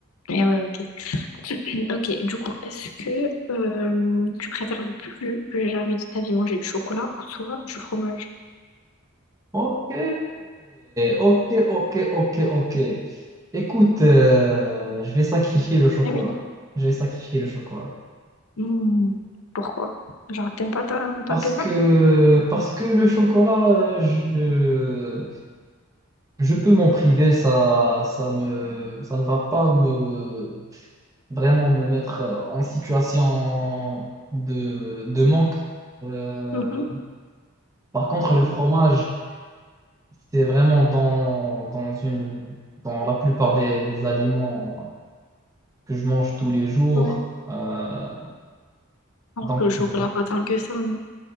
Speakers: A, on the left; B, on the right.
A: Eh ouais, ok. <clears throat> Ok, du coup, est-ce que euh, tu préfères ne plus que jamais de ta vie manger du chocolat ou soit du fromage?
B: Ok, ok, ok, ok, ok. Écoute, euh, je vais sacrifier le chocolat.
A: Eh oui.
B: Je vais sacrifier le chocolat.
A: Hmm, pourquoi? Genre, t'aimes pas ta- tant
B: Parce
A: que
B: que,
A: ça?
B: parce que le chocolat, euh, je, je peux m'en priver, ça, ça ne, ça ne va pas me, vraiment me mettre en situation de, de manque. Euh,
A: Mhm.
B: par contre, le fromage, c'est vraiment dans, dans une, dans la plupart des, des aliments que je mange tous les jours.
A: Ouais.
B: Euh,
A: Alors
B: donc,
A: que le chocolat,
B: euh,
A: pas tant que ça, non.